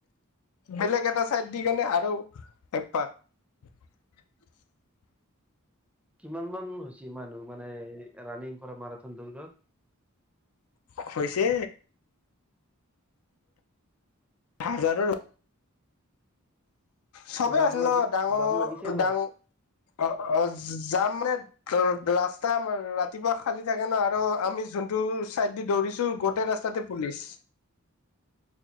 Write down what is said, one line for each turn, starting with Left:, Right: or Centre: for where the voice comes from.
Left: বেলেগ এটা চাইড দি কেনে আৰু একপাক <inaudible>
Centre: কিমান মান হৈছে মানুহ মানে ৰাণিং কৰা মাৰথান দৌৰত
Left: হ হৈছে হাজাৰত চবেই
Centre: জাম
Left: আছিল
Centre: লাগি
Left: ন ডাঙৰ
Centre: জাম লাগিছে অলপ
Left: ডাং অ অ যাম মানে ৰ ৰা ৰাস্তাৰ ৰাতিপুৱা খালি থাকে ন আৰু আমি যোনটো চাইড দি দৌৰিছো তোৰ গোটেই ৰাস্তাতে পুলিচ